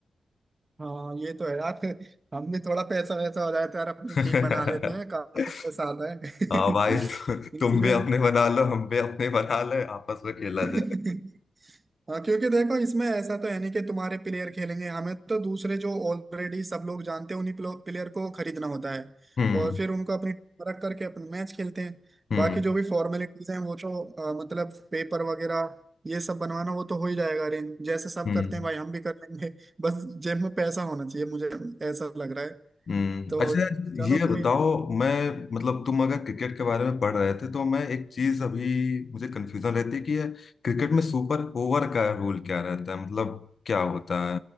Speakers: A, on the right; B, on the left.
A: हाँ ये तो है यार हम भी थोड़ा पैसा वैसा हो जाता है यार अपनी
B: <laughs>
A: टीम बना लेते हैं काफी पैसा आता है <laughs>
B: हाँ भाई <laughs> तु,
A: इसलिए
B: तुम भी
A: हम-
B: अपने बना लो हम भी अपने बना ले आपस में खेला
A: <laughs>
B: जाएगा
A: हाँ क्योंकि देखो इसमें ऐसा तो है नहीं कि तुम्हारे प्लेयर खेलेंगे हमें तो दूसरे जो ऑलरेडी सब लोग जानते हैं उन्हीं प्लेयर को खरीदना होता है
B: हम्म
A: और फिर उनको अपनी टीम रख करके अपने मैच खेलते हैं
B: हम्म
A: बाकी जो भी फॉर्मेलिटीज हैं वो तो अ, मतलब पेपर वगैरह ये सब बनवाना वो तो हो ही जाएगा अरेंज जैसे सब
B: हम्म
A: करते हैं भाई हम भी कर लेंगे <laughs> बस जेब में पैसा होना चाहिए मुझे ऐसा लग रहा है
B: हम्म
A: तो
B: अच्छा
A: चलो
B: ये बताओ
A: कोई
B: मैं मतलब तुम अगर क्रिकेट के बारे में पढ़ रहे थे तो मैं एक चीज अभी मुझे कंफ्यूजन रहती है कि ये क्रिकेट में सुपर ओवर का रूल क्या रहता है मतलब क्या होता है